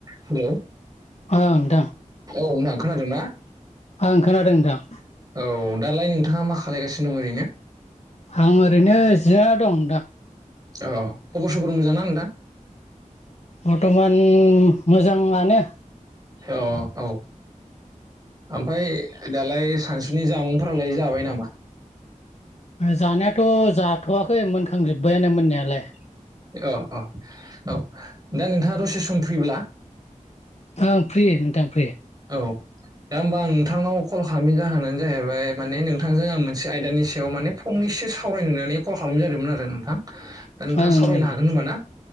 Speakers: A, on the right; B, on the left.
A: हेलौ
B: ओं नोंथां
A: औ नोंथां खोनादों ना?
B: आं खोनादों नोंथां।
A: औ दालाय नोंथाङा मा खालामायगानो दं ओरैनो?
B: आं ओरैनो जिरायना दं नोंथां।
A: औ खबर सबर मोजां ना नोंथां?
B: बर्थमान मोजाङानो।
A: औ औ। ओमफ्राय दालाय सानसुनि जामुंफोरालाय जाबाय नामा?
B: जानायाथ' जाथ'वाखै मोनखांजोब्बायानो मोननायालाय।
A: अ अ औ दा नोंथाङा दसे सम फ्रिब्ला
B: आं फ्रि नोंथां फ्रि।
A: औ। दा होमबा आं नोंथांनाव कल खालामिनि जाहोनानो जाहैबाय माने नोंथांजों आं मोनसे आयदानि सायाव माने फं नैसो सावरायनो नानै कल खालामनाय जादोंमोन आरो नोंथां। नोंथाङा
B: ओं
A: सावरायनो
B: नंगौ नोंथां
A: हागोन होनबा ना।